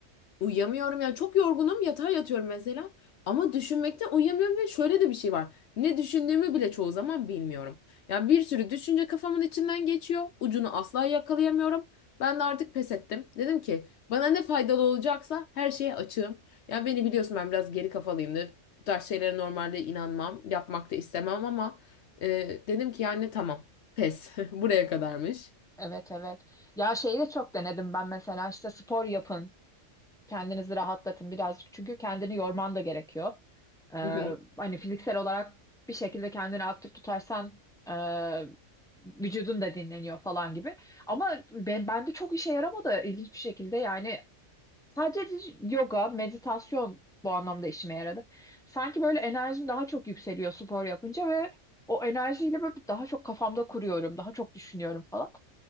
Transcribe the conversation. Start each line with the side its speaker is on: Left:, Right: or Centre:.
Left: Uyuyamıyorum yani çok yorgunum yatağa yatıyorum mesela ama düşünmekten uyuyamıyorum ve şöyle de bir şey var. Ne düşündüğümü bile çoğu zaman bilmiyorum. Yani bir sürü düşünce kafamın içinden geçiyor. Ucunu asla yakalayamıyorum. Ben de artık pes ettim. Dedim ki bana ne faydalı olacaksa her şeye açığım. Yani beni biliyorsun ben biraz geri kafalıyımdır. Bu tarz şeylere normalde inanmam, yapmak da istemem ama e, dedim ki yani tamam pes <laughs> buraya kadarmış.
Centre: Evet evet. Ya şeyi de çok denedim ben mesela işte spor yapın. Kendinizi rahatlatın birazcık. Çünkü kendini yorman da gerekiyor. Ee,
Left: <laughs>
Centre: hani fiziksel olarak bir şekilde kendini aktif tutarsan e, vücudun da dinleniyor falan gibi. Ama ben, bende çok işe yaramadı ilginç bir şekilde. Yani sadece yoga, meditasyon bu anlamda işime yaradı. Sanki böyle enerjim daha çok yükseliyor spor yapınca ve o enerjiyle böyle daha çok kafamda kuruyorum, daha çok düşünüyorum falan.